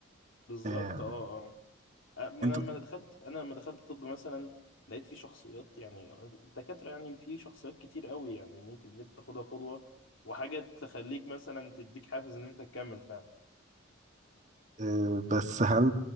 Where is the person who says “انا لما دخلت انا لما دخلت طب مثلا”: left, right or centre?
Left